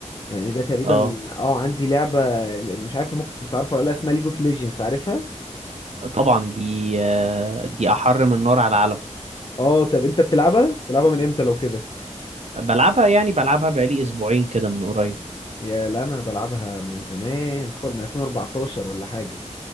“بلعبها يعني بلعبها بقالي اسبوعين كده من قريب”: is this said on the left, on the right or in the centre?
Right